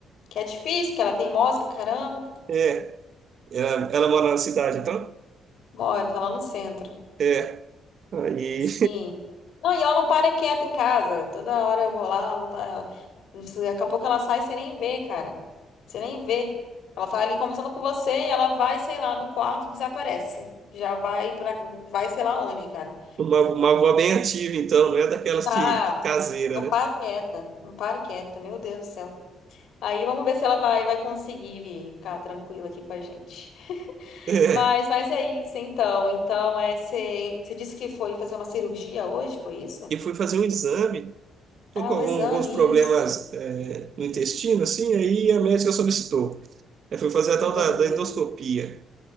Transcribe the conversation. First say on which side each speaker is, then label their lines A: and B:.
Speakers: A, on the left; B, on the right.
A: Que é difícil, que ela tem moça pra caramba.
B: É, ela, ela mora na cidade, então?
A: Bora, tá lá no centro.
B: É, aí
A: Sim. Não, e ela não para quieta em casa. Toda hora eu vou lá, ela tá... não sei, Daqui a pouco ela sai, e você nem vê, cara. Você nem vê. Ela tá ali conversando com você e ela vai, sei lá, no quarto, desaparece. Já vai pra... Vai sei lá onde, cara.
B: <laughs> uma, uma avó bem ativa, então, não é daquelas
A: Tá,
B: que caseira,
A: não
B: né?
A: para quieta, não para quieta, meu Deus do céu. Aí vamos ver se ela vai, vai conseguir vir ficar tranquila aqui com a gente.
B: É.
A: Mas, mas é isso então. Então, é, você, você disse que foi fazer uma cirurgia hoje, foi isso?
B: E fui fazer um exame Estou
A: Ah,
B: com
A: o
B: algum-
A: exame,
B: alguns problemas
A: isso.
B: é, no intestino, assim, aí a médica solicitou. Aí fui fazer
A: Entendi.
B: a tal da, da endoscopia.